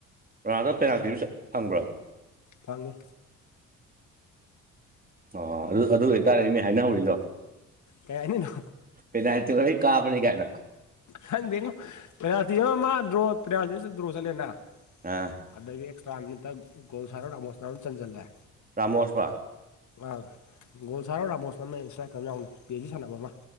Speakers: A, on the right; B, on the left.
A: ꯔꯖꯥꯗꯣ ꯄꯦꯅꯥꯜꯇꯤꯗꯨ ꯐꯪꯕ꯭ꯔꯣ
B: ꯐꯪꯉꯦ
A: ꯑ ꯑꯗꯨ ꯑꯗꯨꯇ ꯍꯥꯏꯅ ꯎꯗꯅ
B: ꯀꯩ ꯍꯥꯏꯅꯤꯅꯣ
A: ꯀꯥꯄꯅꯤ ꯀꯥꯏꯅ
B: ꯈꯪꯗꯦꯉꯣ ꯄꯦꯅꯥꯜꯇꯤ ꯑꯃ ꯃꯥ ꯗ꯭ꯔꯣ ꯇꯔꯗꯔꯣ ꯆꯠꯂ ꯂꯩꯟꯅ
A: ꯑꯥ
B: ꯑꯗꯨꯗꯒꯤ ꯑꯦꯛꯁꯇ꯭ꯔꯥ ꯃꯤꯠꯇꯒꯣꯜ ꯁꯥꯔ ꯃꯣꯁꯅꯅ ꯆꯟ ꯆꯜꯂꯦ
A: ꯔꯃꯁꯄꯥ
B: ꯑꯥ ꯒꯣꯜ ꯁꯥꯔ ꯔꯥꯃꯣꯁ ꯑꯃꯅꯦ ꯏꯁꯇ꯭ꯔꯥꯏꯛꯔ ꯑꯃ ꯌꯥꯎꯅꯦ ꯄꯤ ꯑꯦꯆꯖꯤ ꯁꯥꯟꯅꯕ ꯑꯃ